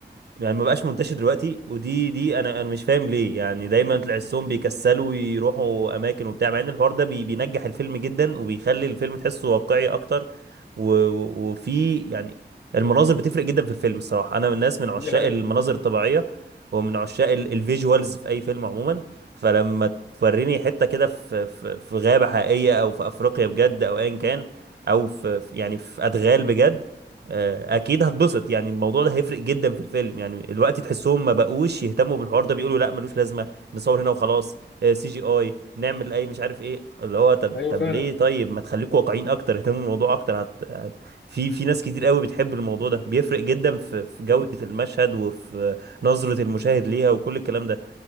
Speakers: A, on the right; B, on the left.
A: يعني ما بقاش منتشر دلوقتي ودي دي انا انا مش فاهم ليه يعني دايما تحسهم بيكسلوا يروحوا اماكن وبتاع مع ان الحوار ده بي بينجح الفيلم جدا وبيخلي الفيلم تحسه واقعي اكتر و- و- وفي يعني المناظر بتفرق جدا في الفيلم الصراحه انا من الناس من عشاق
B: دي حقيقة
A: المناظر الطبيعيه ومن عشاق الفيجوالز في اي فيلم عموما فلما توريني حته كده في في في غابه حقيقيه او في افريقيا بجد او ايا كان او في في- يعني في ادغال بجد آه، اكيد هتبسط يعني الموضوع ده هيفرق جدا في الفيلم يعني الوقت تحسهم ما بقوش يهتموا بالحوار ده بيقولوا لا ملوش لازمه نصور هنا وخلاص سي جي اي نعمل اي مش عارف ايه اللي هو طب
B: ايوه
A: طب
B: فعلا
A: ليه طيب ما تخليكوا واقعيين اكتر اهتموا بالموضوع اكتر هت... هت... في في ناس كتير قوي بتحب الموضوع ده بيفرق جدا في في جوده
B: مم.
A: المشهد وفي نظره المشاهد ليها وكل الكلام ده